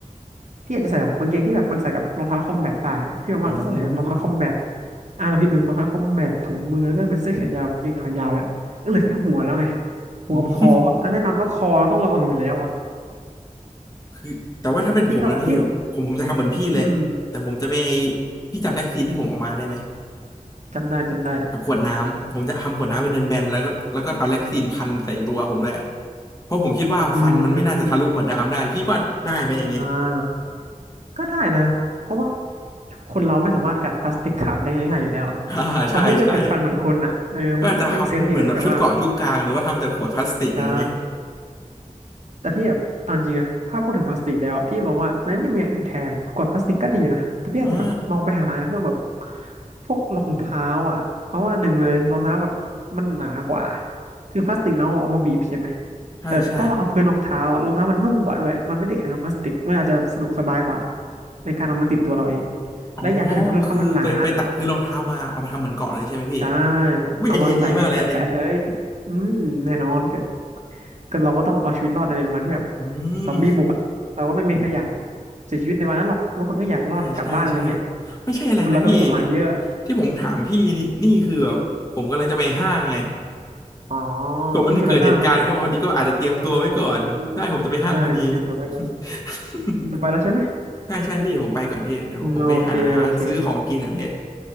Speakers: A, on the right; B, on the left.
A: พี่อาจจะใส่แบบกางเกงที่แบบมันใส่กับรองเท้าคอมแบทได้พี่บอกว่าถ้าใส่กับรองเท้าคอมแบท
B: อ๋อครับ
A: อ่ะลองคิดดูรองเท้าคอมแบทถุงมือแล้วก็เป็นเสื้อแขนยาวกางเกงขายาวแล้วก็เหลือแค่หัวแล้วไงหัวกับคออะแล้วแน่นอนว่าคอเราต้องระวังอยู่แล้วอ่ะ
B: อืม <laughs> คือแต่ว่าถ้าเป็นผมนะพี่ผมผมจะทำเหมือนพี่เลยแต่ผมจะไม่
A: พี่ก็พี่อืม
B: พี่จำแล็กซีนที่ผมเอามาได้ไหม
A: จำได้จำได้
B: กับขวดน้ำผมจะทำขวดน้ำเป็นเบนๆแล้วก็แล้วก็เอาแล็กซีนพันใส่ตัวผมด้วยเพราะผมคิดว่าฟันมันไม่น่าจะทะลุขวดน้ำได้พี่ว่าได้ไหมอย่างเงี้ย
A: อืมอ่าก็ได้นะเพราะว่าคนเราไม่สามารถกัดพลาสติกขาดได้ง่ายๆอยู่แล้วอะ
B: <laughs> อ่าใช่ใช่
A: ซอมบี้ก็เป็นฟันเหมือนคนอ่ะเออมันก็
B: ก็อาจจะทำมันเหมือนแบบชุดเกราะยุคกลางหรือว่าทำจากขวดพลาสติกอย่างเงี้ย
A: make sense ดีนะที่แบบว่าใช่ แต่พี่แบบเอาจริงนะถ้าพูดถึงพลาสติกแล้วอะพี่มองว่ามันยังมีอย่างอื่นแทนขวดพลาสติกก็ดีนะแต่พี่อาจจะแบบมองไปหาเพื่อแบบ
B: อ่า
A: พวกรองเท้าอ่ะเพราะว่าหนึ่งเลยรองเท้าแบบมันหนากว่าคือพลาสติกน้องเอามาบีบใช่ไหม
B: ใช่ใช่
A: แต่ถ้าเราเอาพื้นรองเท้าอะรองเท้ามันนุ่มกว่าด้วยมันไม่ได้แข็งกับพลาสติกมันอาจจะสะดวกสบายกว่าในการเอามาติดตัวเราเอง
B: อ๋อ
A: และอย่างคือพื้นรองเท้ามันหนา
B: คือไปไปตัดพื้นรองเท้ามาเอามาทำเหมือนเกาะเลยใช่ไหมพี่
A: ใช่
B: อุ้ยไอเดียดีมากเลยนะเนี่ย
A: เอามาใส่แบบแปะๆเลยอืมแน่นอนก็ก็เราก็ต้องเอาชีวิตรอดในวันที่แบบ
B: อืม
A: ซอมบี้บุกอ่ะเราก็ไม่มีใครอยากเสียชีวิตในวันนั้นหรอกทุกคนก็อยากรอดกลับบ้านอะไรเงี้ย
B: ใช่ใช่ใช่ไม่ใช่อะไรนะพี่
A: คนเราก็มีเป้าหมายเยอะ
B: ที่ผมถามพี่นี่นี่คือแบบผมกำลังจะไปห้างไง
A: อ๋อ
B: ผมมันเกิดเหตุการณ์ขึ้นมาพอดีก็อาจจะเตรียมตัวไว้ก่อนได้ผมจะไปห้างพอดี
A: เอ้ยจะไปห้างแล้วเหรออืมใช่เตรียมตัวไว้ก่อน
B: <laughs>
A: คุณจะไปแล้วใช่ไหม
B: ใช่ใช่พี่เดี๋ยวผมไปก่อนพี่เดี๋ยวผมไปหาซื้อของกินก่อนพี่
A: อืมโอเคโอเค